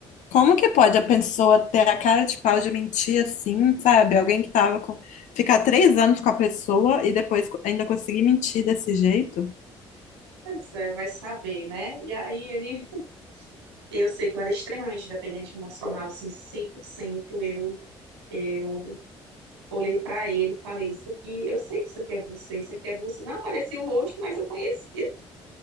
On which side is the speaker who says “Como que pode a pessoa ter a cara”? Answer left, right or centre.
Left